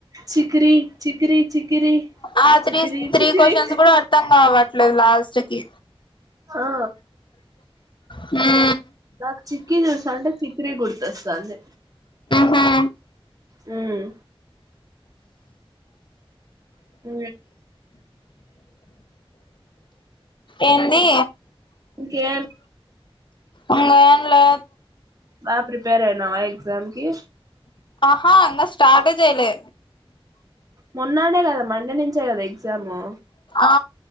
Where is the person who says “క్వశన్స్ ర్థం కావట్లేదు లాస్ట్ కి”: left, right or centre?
Left